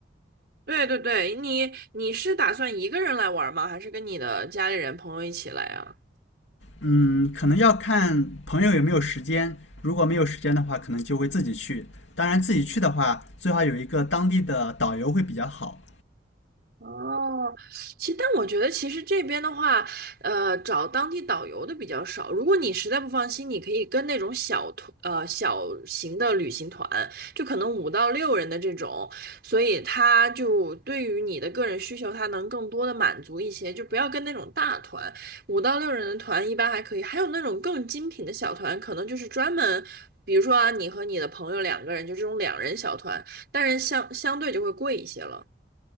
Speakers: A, on the right; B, on the left.
A: 对对对，你你是打算一个人来玩吗？还是跟你的家里人朋友一起来啊？
B: 嗯，可能要看朋友有没有时间，如果没有时间的话，可能就会自己去。当然，自己去的话，最好有一个当地的导游会比较好。
A: 哦，其但我觉得其实这边的话，呃，找当地导游的比较少。如果你实在不放心，你可以跟那种小团，呃，小型的旅行团，就可能五到六人的这种，所以他就对于你的个人需求，他能更多的满足一些，就不要跟那种大团，五到六人的团一般还可以，还有那种更精品的小团，可能就是专门。比如说啊，你和你的朋友两个人，就这种两人小团，但是相相对就会贵一些了。